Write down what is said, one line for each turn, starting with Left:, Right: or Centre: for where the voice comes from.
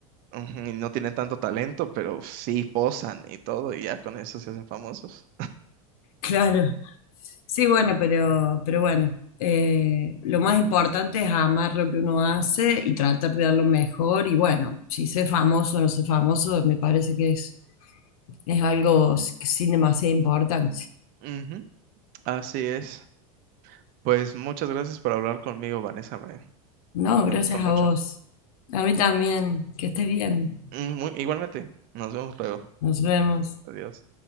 Right: Ujú, Y no tienen tanto talento, pero sí posan y todo, y ya con eso se hacen famosos.
Left: Claro. Sí, bueno, pero, pero bueno, eh, lo más importante es amar lo que uno hace y tratar de dar lo mejor. Y bueno, si sé famoso o no sé famoso, me parece que es, es algo s- que sin demasiada importancia.
Right: Ujú, así es. Pues muchas gracias por hablar conmigo, Vanessa. Me,
Left: No,
Right: me
Left: gracias
Right: gustó mucho.
Left: a vos. A mí también. Que estés bien.
Right: Mm, muy- igualmente, nos vemos luego.
Left: Nos vemos.
Right: Adiós.